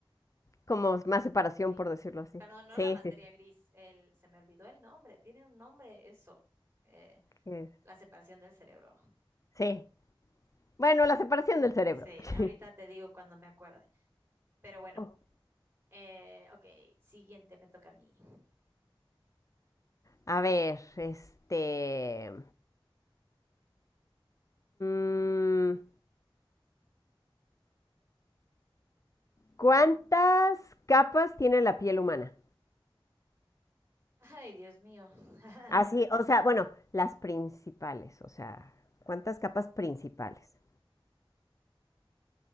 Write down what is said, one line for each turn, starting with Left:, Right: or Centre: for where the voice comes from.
Left: Como más separación,
Right: Sí.
Left: por decirlo así.
Right: perdón, no
Left: Sí,
Right: la materia
Left: sí, sí.
Right: gris, el, se me olvidó el nombre, tiene un nombre eso, eh,
Left: que-
Right: la separación del cerebro.
Left: Sí. Bueno, la separación del cerebro.
Right: Sí,
Left: <laughs>
Right: ahorita te digo cuando me acuerde. Pero bueno,
Left: Oh.
Right: eh, ok, siguiente me toca a mí.
Left: A ver, este. mm, ¿cuántas capas tiene la piel humana?
Right: Ay, Dios mío. <laughs>
Left: Así, o sea, bueno, las principales, o sea, ¿cuántas capas principales?